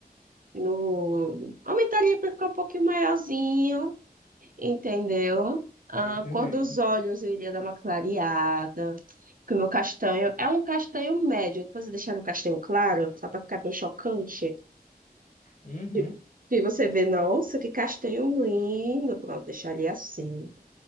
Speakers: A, on the right (about 60°); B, on the left (about 50°).
A: No... Aumentaria para ficar um pouquinho maiorzinho, entendeu? A
B: tô entendendo.
A: cor dos olhos eu iria dar uma clareada. Porque o meu castanho é um castanho médio. Depois eu deixar no castanho claro, só para ficar bem chocante.
B: Uhum.
A: E e você vê, nossa, que castanho lindo. Pronto, deixaria assim.